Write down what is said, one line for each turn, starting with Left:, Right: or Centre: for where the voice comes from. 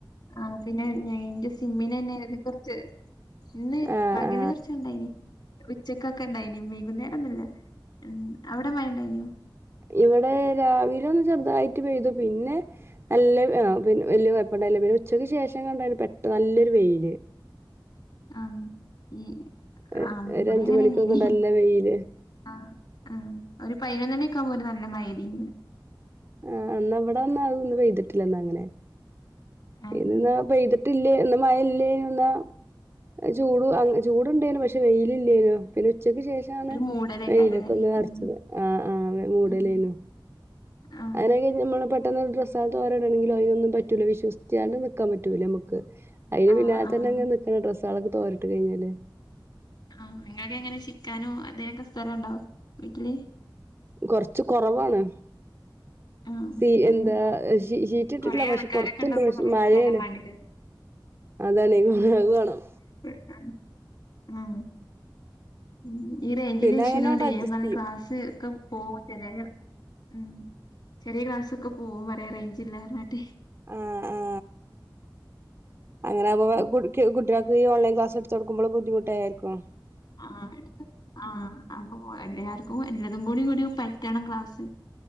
Left: ആഹ് പിന്നെ ഞാ ഇന്റെ സിമ്മിനെന്നെ ഒര് കൊർച്ച് ഇന്ന്
Right: ആ
Left: പകൽ
Right: ആ
Left: കൊറച്ച്ണ്ടായിനി ച്ചക്കൊക്കെ ഇണ്ടായിനി വൈകുന്നേരൊന്നും ഇല്ല ഉം അവിടെ മഴ ഇണ്ടായിനോ
Right: ഇവിടെ രാവിലൊന്ന് ചെർതായി ട്ട് പെയ്തു പിന്നെ എല്ലം അ പിൻ വെല്ല്യേ കൊയ്പണ്ടായില പിന്നുച്ചക്ക് ശേഷം കണ്ട് പെട്ട നല്ലൊര് വെയില്
Left: ആ ഈ
Right: ഏ,
Left: ആ ഇവിടിം
Right: ഒരു അഞ്ച്
Left: അങ്ങനെന്നെയിനി
Right: മണിക്കൊക്കെ നല്ല വെയില്
Left: അ ആ ഒര് പയ്നോന്നണി ക്കാവുമ്പോ ഒര് ന ല്ല മായെയ്തീനി ഇവ്ടെ
Right: ആ ഇന്ന ഇവടെന്ന അതൊന്നും പെയ്തിട്ടില്ല ന്ന അങ്ങനെ
Left: ആഹ്
Right: ഇതിന്ന പെയ്തിട്ടില്ലേ ഇന്ന് മയെല്ലേ ന്ന ചൂടു അ ചൂടിണ്ടേനും പഷേ വെയ്ലില്ലേനു പിന്നു ച്ചക്ക് ശേഷാണ്
Left: ഒരു മൂടലേക്കാരല്ലേ
Right: വെയ്ലൊക്കൊന്ന് അർച്ചത്
Left: ഉം
Right: അ ആ അതെ മൂടലേനു
Left: ഉം ആഹ്
Right: <unintelligible> ട്ടെന്ന് ഡ്രസ്സാള് തോരടണെങ്കിലോ അയ്നൊന്നും പറ്റൂല്ല വിശ്വസിച്ചാണ്ട് നിക്കാൻ പറ്റൂല്ല മ്മക്ക് അയ്ന്
Left: ആഹ്
Right: പിന്നാലെ
Left: ആഹ്
Right: തന്നെങ്ങനെ നിക്കണം ഡ്രസ് സാളൊക്കെ തോരിട്ട് കൈഞാല്
Left: ആ ഇങ്ങക്കെങ്ങനെ ചിക്കാനും ഇതിനൊക്കെ സ്ഥലണ്ടോ വീട്ടില്
Right: കൊർച് കൊറവാണ്
Left: ആഹ്
Right: സീ
Left: ഞങ്ങൾ
Right: എന്താ ഷി ഷീറ്റിട്ടിട്ടില്ല
Left: കൊറേ
Right: പഷേ
Left: ആൾക്കാരൊക്കെ
Right: പൊർത്തിണ്ട്
Left: ഉണ്ടാവുമ്പോ
Right: പഷ്
Left: കൊറേ
Right: മയേണ്
Left: സ്ഥലം വേണ്ടിവരും
Right: അതാണേയ് അത് വാണം
Left: ആ ആ ഇന്ന് ഈ റെയ്ഞ്ചിന്റെ
Right: പിന്നെ
Left: ഇഷ്യൂനോണ്ട്
Right: അങ്ങനെയണ്ട് അഡ്ജസ്റ്റ്
Left: ഞാൻ പറയ
Right: ചെയ്യും
Left: ക്ലാസ് ഒക്കെ പോവും ചെലെ ഉം ചെറെ ക്ലാസ്സ് ഒക്കെ പോവും വരെ റേയ്ഞ്ചില്ലാ പർഞ്ഞാട്ടെ
Right: ആ ആ അങ്ങനെ പോവാ
Left: ഉം.
Right: കുട്ക്ക് കുട്ടിയാക്ക് ഈ ഓൺലൈൻ ക്ലാസ് ഇട്ത്തൊട് ക്കുമ്പുളും ബുദ്ധിമുട്ടായേര്ക്കും
Left: ആ ആ ആ അപ്പൊ എല്ലാര്ക്കും എല്ലതും കൂടി കൂടി പറ്റണം ക്ലാസ്